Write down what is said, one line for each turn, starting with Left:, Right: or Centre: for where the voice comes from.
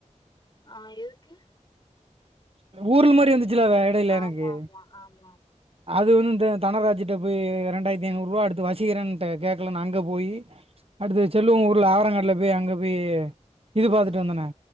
Left: ஆஹ் எதுக்கு
Right: ஊர்ல்மாரி வந்துச்சுல அத இடையில
Left: ஆமா
Right: எனக்கு
Left: ஆமா ஆமா ஆமா.
Right: அது வந்து தனராஜிட்ட போய் ரெண்டாயிரத்தி ஐநூறு ரூவா அடுத்து வசீகரன்ட கேக்கலன்னு அங்கே போய் அடுத்து செல்லவங் ஊர்ல ஆரங்காட்ல போய் அங்க போய் இது பாத்துட்டு
Left: ம்
Right: வந்தனே